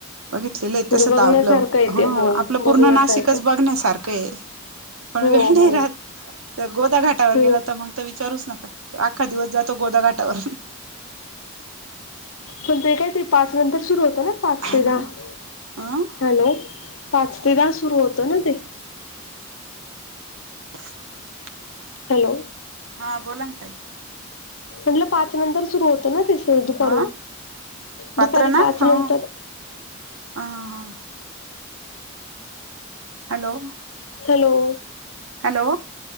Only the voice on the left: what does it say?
म्हणजे
बघण्यासारखं
येते
हो
बघण्यासारखं
आहे
हो
हो
हो
पण ते काहीतरी पाच नंतर सुरू होतं ना पाच
ते दहा
हॅलो? पाच ते दहा सुरू होतं ना ते?
हॅलो?
म्हटलं पाच नंतर सुरू होतो ना तो शो दुपारून?
दुपारी
पाच
नंतर
हॅलो?